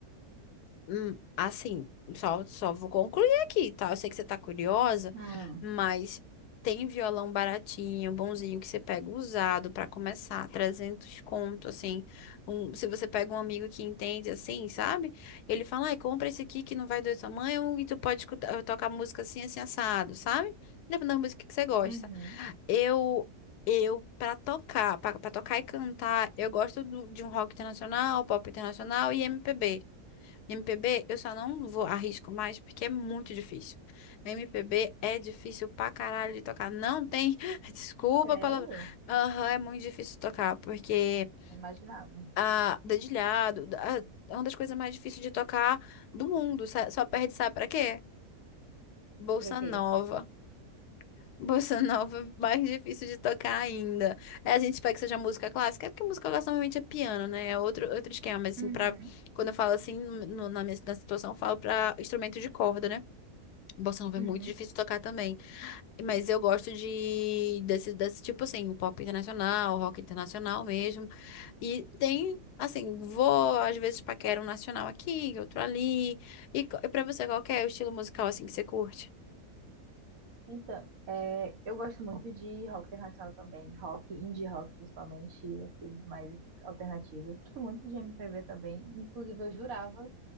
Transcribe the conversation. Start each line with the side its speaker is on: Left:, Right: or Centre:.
Left: Hum, assim, só, só vou concluir aqui, tá? Eu sei que você tá curiosa,
Right: Hum,
Left: mas tem violão baratinho, bonzinho, que você pega usado pra começar, 300 conto, assim. Um, se você pega um amigo que entende, assim, sabe? Ele fala, ai, compra esse aqui que não vai doer sua mãe, um, e tu pode escutar, eh, tocar música assim, assim, assado, sabe? Depende da música que você gosta.
Right: uhum.
Left: Eu... Eu, pra tocar, pra, pra tocar e cantar, eu gosto do- de um rock internacional, pop internacional e MPB. MPB, eu só não vou arrisco mais porque é muito difícil. MPB é difícil pra caralho de tocar. Não tem, <laughs> desculpa
Right: Sério?
Left: a palavra. Aham, é muito difícil de tocar porque
Right: Não imaginava.
Left: ah, dedilhado ah, é uma das coisas mais difíceis de tocar do mundo. Sa- Só perde, sabe pra quê? Bolsa
Right: Por quê?
Left: Nova. Bossa nova, <laughs> é mais difícil de tocar ainda. É, a gente espera que seja música clássica, é porque música clássica normalmente é piano, né? É outro, outro esquema, mas assim,
Right: Uhum,
Left: pra, quando eu falo assim, no- na minha na situação, eu falo pra instrumento de corda, né? Bossa nova
Right: uhum.
Left: é muito difícil de tocar também. Mas eu gosto de desse, desse tipo assim, pop internacional, rock internacional mesmo. E tem, assim, vou às vezes paquera um nacional aqui, outro ali. E, co- e pra você, qual que é o estilo musical assim que você curte?
Right: Então, é, eu gosto muito de rock internacional também, rock, indie rock principalmente, as coisas mais alternativas. Gosto muito de MPB também, inclusive eu jurava